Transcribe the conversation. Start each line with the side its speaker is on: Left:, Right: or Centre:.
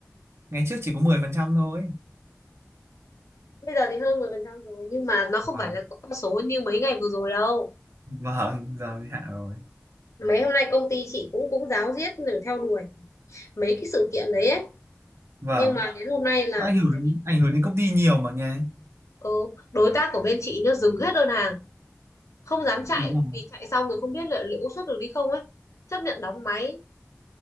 Right: ngày trước chỉ có 10% thôi
Left: bây giờ thì hơn 10% rồi nhưng mà nó không
Right: vâng
Left: phải là con số như mấy ngày vừa rồi đâu
Right: vâng giờ thì hạ rồi
Left: mấy hôm nay công ty chị cũng cũng ráo riết để theo đuổi mấy cái sự kiện đấy ấy.
Right: vâng
Left: Nhưng mà đến hôm nay là
Right: nó ảnh hưởng
Left: thấy
Right: ảnh hưởng đến công ty nhiều mà nha
Left: ừ, đối tác của bên chị nhá dừng hết đơn hàng, không dám chạy
Right: đúng không
Left: vì chạy xong rồi không biết là liệu có xuất được đi không ấy. Chấp nhận đóng máy,